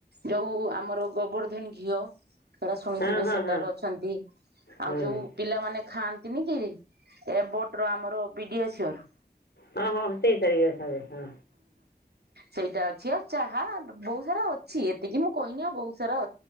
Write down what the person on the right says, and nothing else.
ଯୋଉ ଆମର ଗୋବର୍ଦ୍ଧନି ଘିଅ ସେଟା ଶୁଣିଥିବେ
ସେଟାରେ
ଅଛନ୍ତି ଆଉ
ଯୋଉ ମାନେ ଖାଆନ୍ତିନି କି ଏ ବୋଟ ର ଆମର ପିଡିଏଚର୍।
ସେଇଟା ଅଛି ଆ ଚାହା ବହୁତ ସାରା ଅଛି ଏତିକି ମୁଁ କହିନି ଆଉ ବହୁତ ସାରା